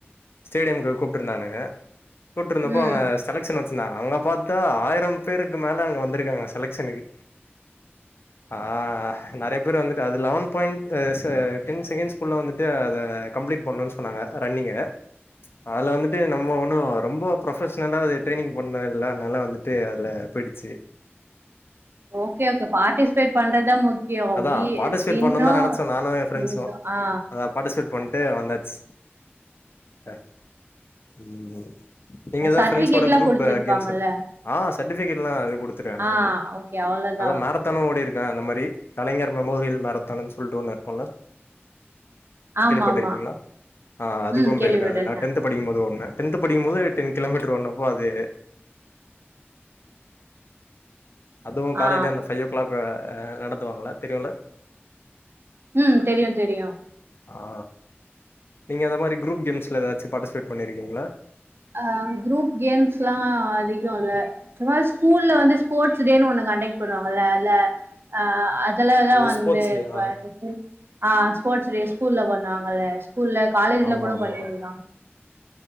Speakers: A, on the left; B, on the right.
A: ஸ்டேடியம்க்கு கூப்ட்டுருந்தானுங்க கூப்ட்டுருந்தப்போ
B: ம்
A: அவுங்க செலக்ஷன் வச்சிந்தா அங்க பாத்தா ஆயிரம் பேருக்கு மேல அங்க வந்திருக்காங்க செலக்ஷனுக்கு
B: <inaudible>
A: அ நெறய பேர் வந்துட்டு அது லெவன் பாயிண் அ ச டென் செகெண்ஸ் குள்ள வந்துட்டு அத கம்ப்ளீட் பண்ணுன் சொன்னாங்க ரன்னிங்க அதுல வந்துட்டு நம்ம ஒண்ணு ரொம்ப ப்ரொஃபஷ்னலா அது ட்ரைனிங் பண்ண ல அத்னால வந்துட்டு அதுல போய்டுச்சு
B: <inaudible> ஓகே ஓகே பார்டிஸ்பேட் பண்றத்தா முக்கியோ
A: அதா
B: வி
A: பார்ட்டிசிபேட்
B: விண்ணோ
A: பண்ணணுன் தா நெனச்சோ நானு எ ஃப்ரெண்ட்ஸு
B: லூசோ அ
A: அதா பாட்டிஸ்பேட் பண்ட்டு வந்தாச் அ ம் நீங்கதா
B: சர்டிபிகேட்லா
A: ஃப்ரெண்ட்ஸோட குரூப்பு
B: குடுத்துருப்பாங்கல்ல
A: கேம்ஸ் ஆ சட்டிஃபிகேட்லா குடுத்துடாங்க
B: ஆ
A: அது
B: ஓகே அவ்ளோதா
A: அதா மேரத்தானு ஓடிரு க்க அந்த மாரி கலைஞர் மெமோரியல் மேரத்தான்னுன் சொல்ட்டு ஒண்ணு இருக்குல்ல
B: ஆமா
A: கேள்விப்பட்டிருக்கீங்ளா
B: ஆமா
A: ஆ அதுக்கு
B: ம் கேள்விப்பட்டிருக்கே
A: போயிருக்கே அது நா டென்த்து படிக்கும்போது ஓட்ன டென்த்து படிக்கும்போது டென் கிலோமீட்டர் ஓடனப்போ அது அதுவு காலைல்யே
B: ஆ
A: அந்த ஃபை ஓ க்ளாக் அ அ நடத்துவாங்கள தெரியுல
B: ம் தெரியு தெரியு
A: ஆ நீங்க அந்த மாரி குரூப் கேம்ஸ்ல எதாச்சு பாட்டிஸ்பேட் பண்ணிருக்கீங்ளா
B: அ குரூப் கேம்ஸ்லா அதிகோ‌ இல்ல சுமா ஸ்கூல்ல வந்து ஸ்போட்ஸூ டேனு ஒண்ணு கண்டக் பண்ணுவாங்கல்ல அத்ல அ அ தலதா
A: ஓ
B: வந்து
A: ஸ்போர்ட்ஸ் டே
B: பாட்டிஸ்பைட்
A: ஆ
B: ஆ ஸ்போர்ட்ஸு டே ஸ்கூல்ல பண்ணுவாங்கல ஸ்கூல்ல காலேஜ்ல
A: ஆமா
B: கூட
A: ஆமா
B: பண்ணிருக்காங்